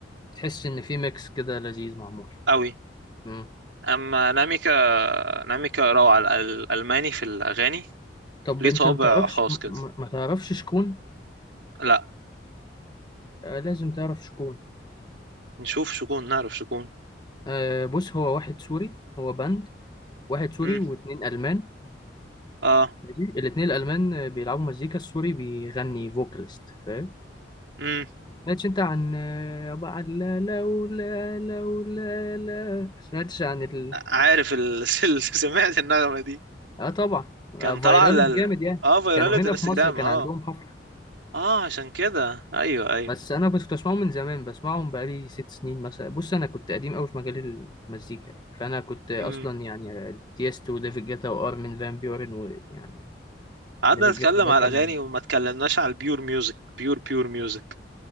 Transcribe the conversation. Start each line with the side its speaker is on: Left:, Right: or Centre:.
Left: تحس ان في ميكس كده لذيذ معمول
Right: قوي
Left: مم.
Right: اما ناميكا ناميكا روعه ال- الالماني في الاغاني
Left: طب
Right: ليه
Left: انت
Right: طابع
Left: ما تعرفش
Right: خاص كده
Left: ما ما تعرفش شكون
Right: لا
Left: آه لازم تعرف شكون
Right: نشوف شكون نعرف شكون
Left: آه بص هو واحد سوري هو باند واحد سوري
Right: امم
Left: واتنين ألمان
Right: اه
Left: ماشي الاتنين الألمان آه، بيلعبوا مزيكا السوري بيغني فوكاليست فاهم
Right: امم
Left: سمعتش انت عن آه، عن لا لولا لولا لا سمعتش عن ال...
Right: عارف ال... <laughs> سمعت النغمه دي
Left: اه طبعا
Right: كان
Left: آه فايرالت
Right: طالعه لل...
Left: جامد يعني
Right: اه فيرالة
Left: كانوا هنا
Right: انستجرام
Left: في مصر كان
Right: اه
Left: عندهم حفلة
Right: اه عشان كده ايوه ايوه
Left: بس انا كنت بسمعهم من زمان بسمعهم بقالي ست سنين مثلا بص انا كنت قديم قوي في مجال المزيكا يعني. فانا كنت اصلا
Right: امم
Left: يعني تieستو وديفيد جيتا وارمين فان بيورن ويعني
Right: قعدنا
Left: ديفيد
Right: نتكلم
Left: جيتا ده
Right: على
Left: كان
Right: الاغاني وما اتكلمناش على البيور ميوزك بيور بيور ميوزك